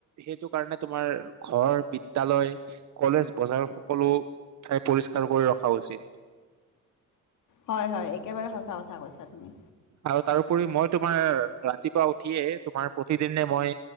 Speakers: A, on the right (about 60°); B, on the left (about 70°).
A: সেইটো কাৰণে তোমাৰ ঘৰ, বিদ্যালয়, কলেজ, বজাৰ সকলো ঠাই পৰিষ্কাৰ কৰি ৰখা উচিত।
B: হয় হয় একেবাৰে সঁচা কথা কৈছা তুমি
A: আৰু তাৰোপৰি মই তোমাৰ ৰাতিপুৱা উঠিয়ে তোমাৰ প্ৰতিদিনে মই